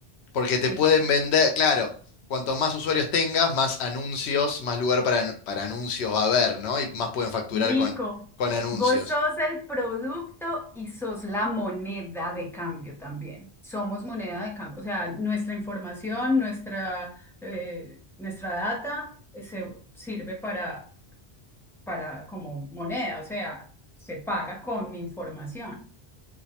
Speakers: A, on the left; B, in the centre.
A: porque
B: sí.
A: te pueden vender, claro, cuanto más usuarios tengas, más anuncios, más lugar para, anu- para anuncios va a haber, ¿no? Y más pueden facturar
B: Nico,
A: con, con anuncios.
B: vos sos el producto y sos la moneda de cambio también. Somos moneda de cambio. O sea, nuestra información, nuestra, eh, nuestra data eh, se sirve para, para como moneda. O sea, se paga con mi información.